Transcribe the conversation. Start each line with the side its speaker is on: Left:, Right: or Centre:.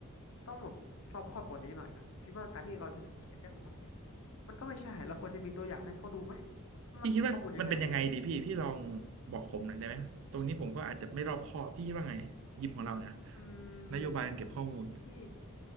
Left: ต้องแบบรอบคอบกว่านี้หน่อยนะพี่ว่าการที่เราจะเขียนแค่สมัครเนี่ยมันก็ไม่ใช่เราควรจะมีตัวอย่างให้เขาดูไหมว่ามันเก็บข้อมูลยังไง
Right: พี่คิดว่ามันเป็นยังไงดีพี่พี่ลองบอกผมหน่อยได้ไหมตรงนี้ผมก็อาจจะไม่รอบคอบพี่คิดว่าไงยิมของเราเนี่ย
Left: อืม
Right: นโยบายการเก็บข้อมูล
Left: พี่